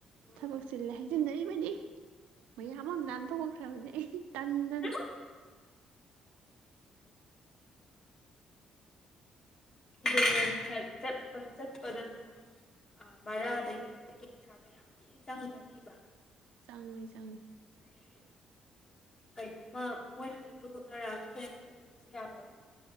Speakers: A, on the left; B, on the right.
A: ꯃꯥꯅꯦ
B: ꯊꯕꯛ ꯆꯤꯟꯂꯦ ꯍꯥꯏꯖꯤꯟꯅꯔꯤꯕꯅꯤ ꯃꯌꯥꯝ ꯑꯃ ꯂꯥꯟ ꯊꯣꯛꯈ꯭ꯔꯕꯅꯦ ꯑꯩ ꯇꯟꯗꯥꯅ
A: <inaudible> <unintelligible> ꯍꯦꯛ ꯆꯠꯄ ꯆꯠꯄꯗꯁꯨ ꯑ ꯕꯔꯥꯗꯒꯤ ꯀꯩꯗꯒꯤ ꯄꯩꯁꯥꯗꯣ ꯌꯥꯝ ꯊꯤꯅ ꯆꯪꯈ꯭ꯔꯅꯤꯕ
B: ꯆꯪꯉꯦ ꯆꯪꯉꯦ
A: ꯑꯗꯒꯤ
B: <inaudible>
A: ꯀꯩꯅꯣꯝꯃ ꯃꯣꯏꯅ ꯂꯣꯏ ꯄꯨꯊꯣꯛꯅꯔꯛꯑꯒ ꯑꯩꯈꯣꯏꯅ ꯄꯨꯊꯣꯛꯇꯕꯁꯨ ꯌꯥꯔꯣꯏ